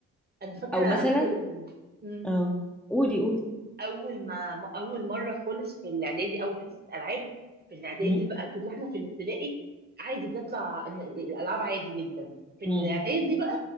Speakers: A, on the right; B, in the centre.
A: انا فاكره
B: او مثلا
A: اول مم.
B: اه قولي قولي
A: اول ما اول مره خالص في الاعدادي اول حصه العاب في الاعدادي
B: مم؟
A: بقى كنا احنا في الابتدائي عادي بنطلع ن- الالعاب عادي جدا في الاعدادي
B: مم؟
A: بقى